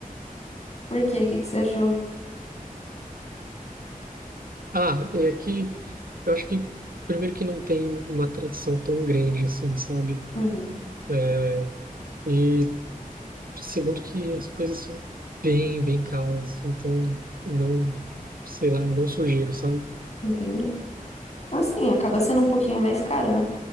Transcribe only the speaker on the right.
Ah, é que eu acho que, primeiro, que não tem uma tradição tão grande assim, sabe?
É, E segundo que as coisas são bem, bem caras, então não, sei lá, eu não sugiro, sabe?